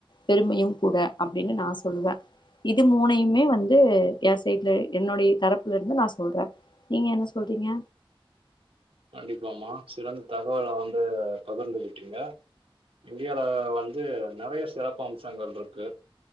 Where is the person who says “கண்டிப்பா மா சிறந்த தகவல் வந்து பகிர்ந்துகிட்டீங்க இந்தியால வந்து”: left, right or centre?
Right